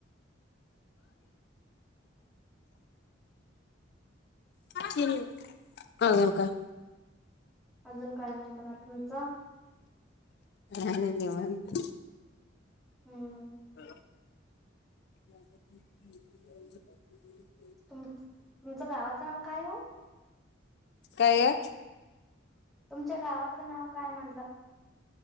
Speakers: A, on the left (about 60°); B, in the centre.
A: <unintelligible> आजुन काय?
B: अजून काय नाही बघा. तुमचं?
A: काय नाही निवांत.
B: हम्म.
A: <unintelligible>
B: तुम तुमचं गावाचं नाव काय ओ?
A: काय?
B: तुमच्या गावाचं नाव काय म्हणलं?